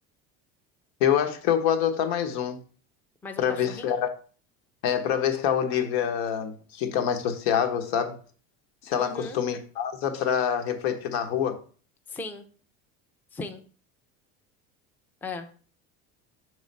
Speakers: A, on the left; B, in the centre.
A: Eu acho que eu vou adotar mais um,
B: Mais
A: pra
B: um cachorrinho?
A: ver se a, é, para ver se a Olivia fica mais sociável, sabe? Se ela
B: Uhum.
A: acostuma em casa pra refletir na rua.
B: Sim, sim. É.